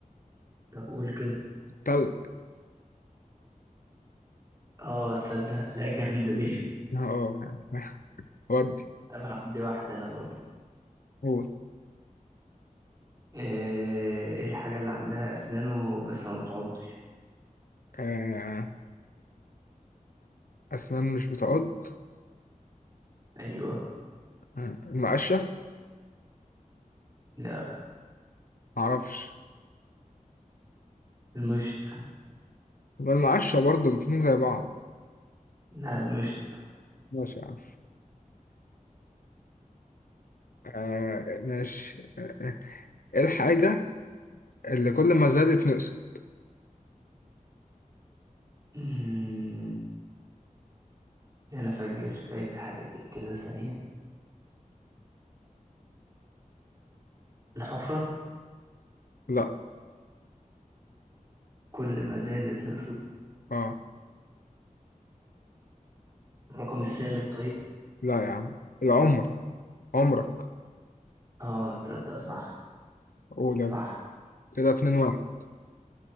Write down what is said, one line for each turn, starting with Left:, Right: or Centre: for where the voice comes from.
Right: طب قول كده
Left: تلج
Right: اه تصدق لا جامده دي
Left: اه يعني <laughs> ودي
Right: <laughs> طب انا عندي واحده انا برضه
Left: قول
Right: ايه ايه الحاجه اللي عندها اسنانه بس ما بتعضش
Left: آه اسنان مش بتعض
Right: ايوه
Left: آه. المقشه
Right: لا
Left: معرفش
Right: المشط
Left: يبقى المقشه برضه الاتنين زي بعض
Right: لا المشط
Left: ماشي يا عم آه ماشي آه. آه. ايه الحاجه اللي كل ما زادت نقصت
Right: امم انا فاكر فاكر حاجه زي كده ثانيه الحفره
Left: لا
Right: كل ما زادت نقصت
Left: اه
Right: الرقم الثالث طيب
Left: لا يا عم العمر عمرك
Right: اه تصدق صح
Left: قول
Right: صح
Left: يلا كده اتنين واحد